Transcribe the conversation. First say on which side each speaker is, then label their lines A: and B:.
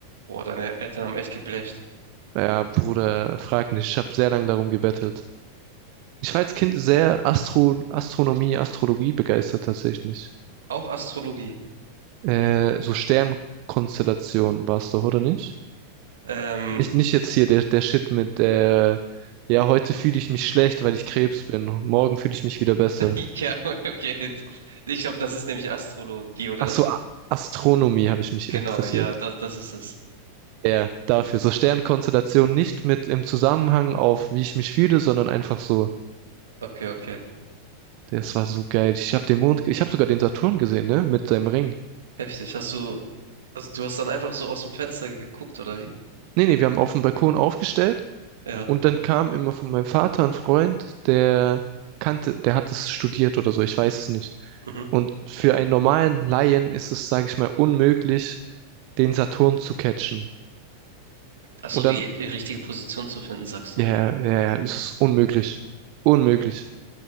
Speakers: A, on the right; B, on the right.
A: Boah, deine Eltern haben echt geblecht.
B: Ja, Bruder, frag nicht. Ich habe sehr lange darum gebettelt. Ich war als Kind sehr Astro, Astronomie, Astrologie begeistert tatsächlich.
A: Auch Astrologie.
B: Äh, so Sternkonstellationen war's doch, oder nicht?
A: Ähm,
B: Nicht, nicht jetzt hier der, der Shit mit, äh, ja, heute fühle ich mich schlecht, weil ich Krebs bin. Morgen fühle ich mich wieder besser.
A: <laughs> ja, okay. Ich glaube, das ist nämlich Astrologie, oder?
B: Ach so, A- Astronomie habe ich mich
A: Genau,
B: interessiert.
A: ja, das, das ist es.
B: Ja, dafür. So Sternkonstellationen nicht mit im Zusammenhang auf, wie ich mich fühle, sondern einfach so.
A: Okay, okay.
B: Das war so geil. Ich habe den Mond, ge- ich habe sogar den Saturn gesehen, ne? Mit seinem Ring.
A: Heftig. Hast du, also du hast dann einfach so aus dem Fenster geguckt, oder wie?
B: Nee, nee, wir haben auf dem Balkon aufgestellt.
A: Ja.
B: Und dann kam immer von meinem Vater ein Freund, der kannte, der hat es studiert oder so, ich weiß es nicht.
A: Mhm.
B: Und für einen normalen Laien ist es, sage ich mal, unmöglich, den Saturn zu catchen.
A: Ach so,
B: Und
A: die
B: dann,
A: richtige Position zu finden, sagst
B: ja,
A: du?
B: ja, ja, ja, es ist unmöglich. Unmöglich.